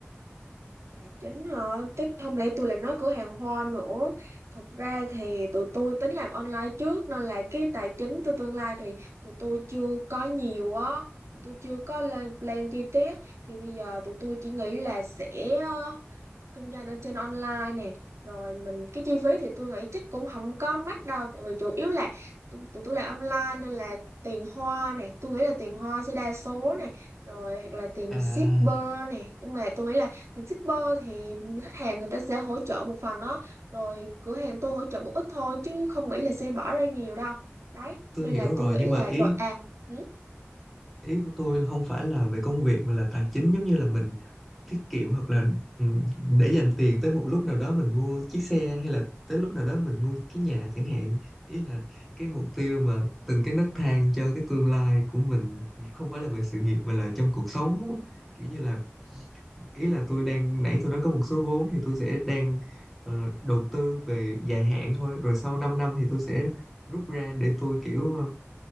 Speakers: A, on the right (about 80°); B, in the centre.
A: tài chính hả chắc không lẽ tôi lại nói cửa hàng hoa nữa thật ra thì tụi tôi tính làm online trước nên là cái tài chính tôi tương lai thì tụi tôi chưa có nhiều á tụi tôi chưa có lên plan chi tiết thì bây giờ tụi tôi chỉ nghĩ là sẽ ờ, kinh doanh ở trên online nè rồi mình cái chi phí thì tôi nghĩ chắc cũng không có mắc đâu tại vì chủ yếu là tụi tụi tôi làm online nên là tiền hoa nè tôi nghĩ là tiền hoa sẽ đa số nè rồi hoặc là tiền
B: À,
A: shipper nè nhưng mà tôi nghĩ là tiền shipper thì khách hàng người ta sẽ hỗ trợ một phần đó rồi cửa hàng tôi hỗ trợ một ít thôi chứ không nghĩ là sẽ bỏ ra nhiều đâu đấy
B: tôi
A: nên
B: hiểu
A: là
B: rồi
A: tôi nghĩ
B: nhưng mà
A: là
B: ý
A: rồi à ừ,
B: ý của tôi không phải là về công việc mà là tài chính giống như là mình tiết kiệm hoặc là ừ, để dành tiền tới một lúc nào đó mình mua chiếc xe hay là tới lúc nào đó mình mua cái nhà chẳng hạn. Ý là cái mục tiêu mà từng cái nấc thang cho cái tương lai của mình không phải là về sự nghiệp mà là trong cuộc sống. á. Kiểu như là ý là tôi đang nãy tôi nói có một số vốn thì tôi sẽ đang ờ, đầu tư về dài hạn thôi rồi sau 5 năm thì tôi sẽ rút ra để tôi kiểu ờ,